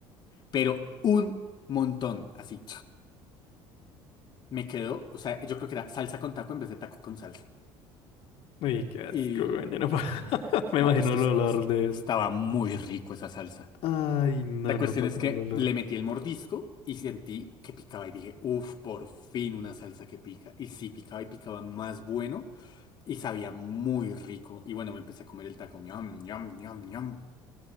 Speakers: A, on the left; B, on the left.
A: Pero un montón. Así. Me quedó, o sea, yo creo que era salsa con taco en vez de taco con salsa.
B: <laughs> uy, qué asco,
A: Y...
B: weón, yo no puedo. <laughs> Me
A: No,
B: imagino
A: pues que
B: el
A: sa-
B: olor
A: es-
B: de eso.
A: estaba muy rico esa salsa.
B: Ay, no,
A: La cuestión
B: no puedo
A: es
B: con
A: que
B: el olor.
A: le metí el mordisco y sentí que picaba y dije, uff, por fin una salsa que pica. Y sí, picaba y picaba más bueno y sabía muy rico. Y bueno, me empecé a comer el taco. Ñam, ñam, ñam, ñam.